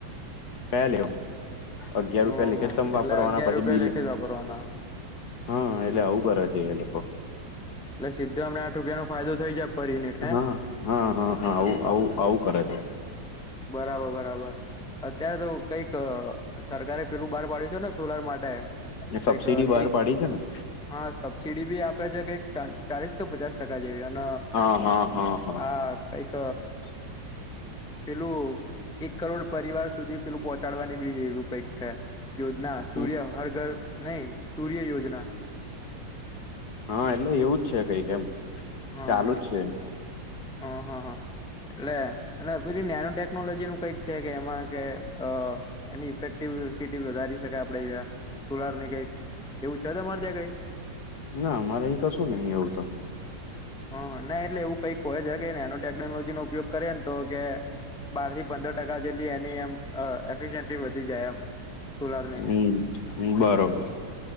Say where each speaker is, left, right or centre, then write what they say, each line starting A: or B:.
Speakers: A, on the left (about 60°); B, in the centre.
A: <unintelligible> અગિયાર
B: હમ
A: રૂપિયા લેખે,
B: હમ
A: તમ
B: એટલે
A: ફરવાના,
B: અગિયાર
A: પછી
B: રૂપિયા
A: બિલ,
B: લેખે જ વાપરવાના
A: હા એટલે આવું કરે છે એ લોકો.
B: એટલે સીધા આપણને આઠ રૂપિયાનો ફાયદો થઈ જાય. પર યુનિટ હે
A: હા, હા, હા, હા આવું-આવું-આવું કરે છે.
B: બરાબર-બરાબર. અત્યારે તો કંઈક અહ આ સરકારે પહેલું બહાર પાડ્યું છે ને સોલાર માટે,
A: એ
B: કંઈક
A: સબસીડી બહાર
B: એક
A: પાડી છે ને
B: હા સબસિડી બી આપે છે, કંઈક ચા ચાલીસ કે પચાસ ટકા જેવી. અન
A: હા, હા, હા, હા.
B: આ કંઈક પેલું એક કરોડ પરિવાર સુધી પહેલું પહોંચાડવાની <unintelligible> કંઈક છે, યોજના સૂર્ય
A: હમ
B: હર ઘર નહીં, સૂર્ય યોજના.
A: હા એટલે એવું જ છે કંઈક એમ.
B: હા
A: ચાલુ જ છે.
B: હા હા હા એટલે અને પે નાનું ટેકનોલોજી નું કઈક છે કે એમાં કે અ એની ઇફેક્ટિવ સિટી વધારી શકાય આપડેં કોલાર ની કઈક એવું છે તમારે ત્યાં કઈ
A: ના અમારે અહીં કશું નહી એવું તો
B: હ હા ના એટલે એવું કઈક કોય છે કે ને એનો ટેકનોલોજી નો ઉપયોગ કરે ને તો કે બાર થી પંદર ટકા જેટલી એની એમ એફિ વધી જાય એમ સોલારની
A: હમ્મ બરોબર